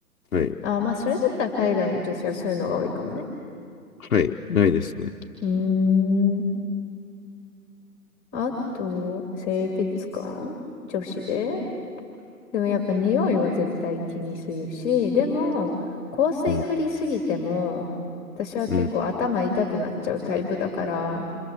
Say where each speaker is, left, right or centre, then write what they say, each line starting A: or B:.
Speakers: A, on the left; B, on the left.
A: う、はい、
B: あ、まあ、それだったら海外の女性はそういうのが多いかもね。
A: はい、ないですね。
B: うーん。あと、清潔感女子ででもやっぱ匂いは絶対気にするし、でも、香水振りすぎても、
A: うん、
B: 私は結構頭痛くなっちゃうタイプだから、
A: うん、